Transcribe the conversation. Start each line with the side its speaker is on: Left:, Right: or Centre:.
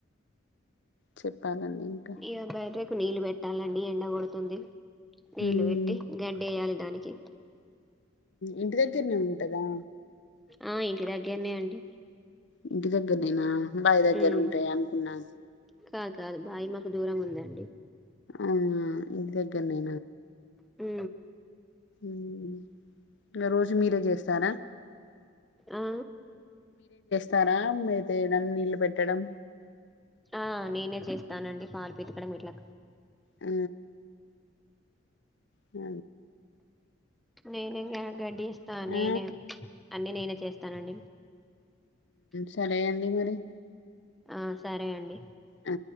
Left: చెప్పాలండి ఇంకా
Centre: ఇ బర నీళ్ళు పెట్టాలండి ఎండ కొడుతుంది నీళ్లు
Left: మ్మ్.
Centre: పెట్టి గడ్డయాల దానికి
Left: ఇంటి దగ్గరనే ఉంటదా
Centre: ఆ ఇంటి దగ్గరనే అండి
Left: ఇంటి దగ్గరనేనా అబ్బాయి దగ్గర
Centre: ఉమ్
Left: ఉంటాయి అనుకున్నాను
Centre: కాదు కాదు బాయి మాకు దూరం ఉందండి
Left: ఆ ఇ కనా
Centre: హ
Left: ఇ రోజు మీరే చేస్తారా
Centre: ఆ
Left: తరా మేతేయడం నీళ్ళు పెట్టడం
Centre: ఆ నేనే చేస్తానండి పాలు పెతకడం వట్లా
Left: ఆ హ
Centre: ననే గడిస్తస్తా ననే
Left: ఆ
Centre: అన్నీ నేనే చేస్తానండి
Left: సరే అండి మరి
Centre: ఆ సరే అండి
Left: ఆ